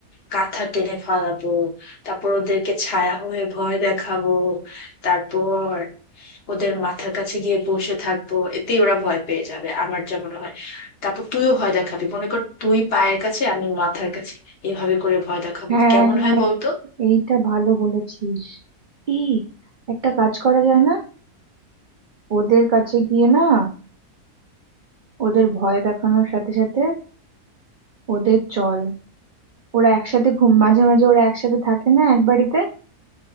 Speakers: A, on the left (about 45°); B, on the right (about 75°).
A: কাঁথা টেনে ফালাবো তারপর ওদেরকে ছায়া হয়ে ভয় দেখাবো তারপর ওদের মাথার কাছে গিয়ে বসে থাকবো এতেই ওরা ভয় পেয়ে যাবে আমার যা মনে হয় তারপর তুইও ভয় দেখাবি মনে কর তুই পায়ের কাছে আমি মাথার কাছে এভাবে করে ভয় দেখাবো
B: হ্যাঁ
A: কেমন হয় বলতো
B: এইটা ভালো বলেছিস ই একটা কাজ করা যায় না ওদের কাছে গিয়ে না ওদের ভয় দেখানোর সাথে সাথে ওদের চল ওরা একসাথে ঘুম মাঝে মাঝে ওরা একসাথে থাকে না এক বাড়িতে